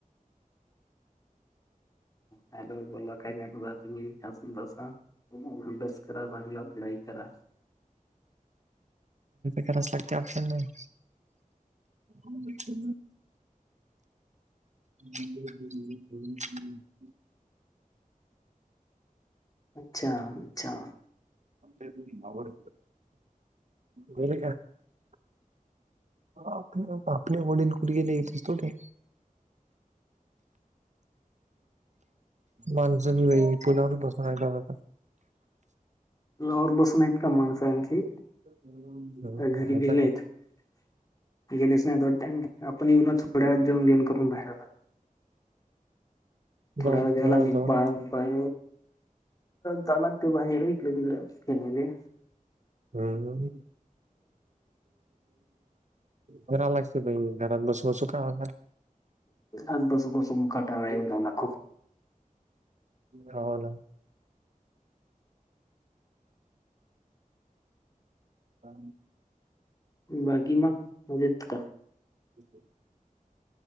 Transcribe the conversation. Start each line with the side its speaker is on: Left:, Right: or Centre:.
Left: हॅलो बोला काय करता तुम्ही असून तसा अभ्यास करा स पढाई करा...
Right: करायच लागते ऑप्शन नाही.. अच्छा... बल बि <unintelligible>
Left: अच्छा अच्छा..
Right: तुम्हीवड वेर का <unintelligible> आप आपल्या वडील कुठ गेले येतच तो ते... माणसं बी वई पुलावर बसूनता...
Left: लवर बसूनत का माणस आणखी
Right: हम्म
Left: घरी गेले
Right: आता काय?
Left: नाही... गेलेस नाही आपण येऊ ना थोड्या जेवण घेऊन करून बाहेर आलो..
Right: जाऊन
Left: थोड्या
Right: पुलावर
Left: वेळला आणि
Right: जाऊन
Left: बाळ बाळ जाला ते बाहेर... केले..
Right: हम् खरा लागते भाई.. घरात बसूसू का म्हणार...
Left: आ बस बस कंटाळा येऊ राहिला..
Right: गावाला... हा...
Left: बाकी मा म्हजेत का...
Right: ह..